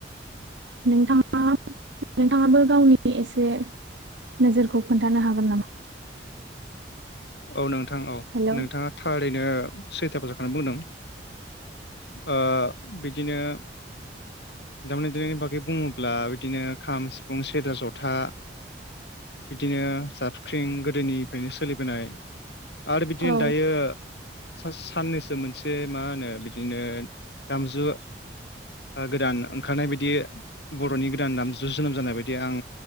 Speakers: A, on the right; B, on the left.
A: नोंथाङा नोंथाङाबो गावनि एसे नोजोरखौ खोन्थानो हागोन नामा?
B: औ नोंथां औ
A: हेलौ
B: नोंथाङा थारैनो सैथा बाथ्राखौनो बुंदों। ओ बिदिनो दामनाय देनायनि बागै बुंङोब्ला बिदिनो खाम सिफुं सेरजा ज'था बिदिनो जाबख्रिं गोदोनिफ्रायनो सोलिबोनाय आरो बिदिनो
A: औ
B: दायो सास साननैसो मोनसे मा होनो बिदिनो दामजु ओ गोदान ओंखारनाय बायदि बर'नि गोदान दामजु जोनोम जानाय बायदि आं